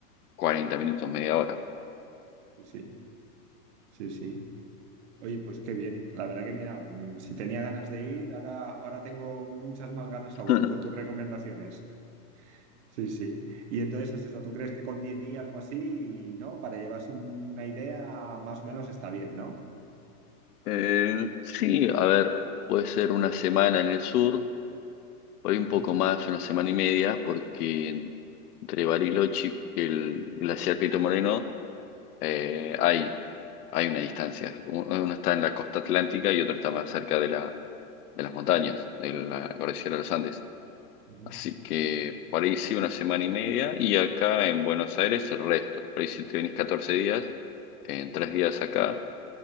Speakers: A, on the left (about 70°); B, on the right (about 45°).
A: 40 minutos, media hora.
B: Sí, sí, sí, sí. Oye, pues qué bien. La verdad que mira, mm, si tenía ganas de ir, ahora, ahora tengo muchas más ganas
A: <laughs>
B: aún con tus recomendaciones. Sí, sí. Y entonces es eso, ¿tú crees que con 10 días o así, ¿no? Para llevarse una idea, más o menos está bien, ¿no?
A: Eh, sí, a ver, puede ser una semana en el sur, por ahí un
B: Ujú,
A: poco más, una semana y media, porque en- entre Bariloche y el glaciar Pito Moreno eh, hay, hay una distancia. Un- Uno está en la costa atlántica y otro está más cerca de la, de las montañas, de la cordillera de los Andes.
B: ujú.
A: Así que por ahí sí una semana y media y acá en Buenos Aires el resto. Por ahí si te venís 14 días, en tres días acá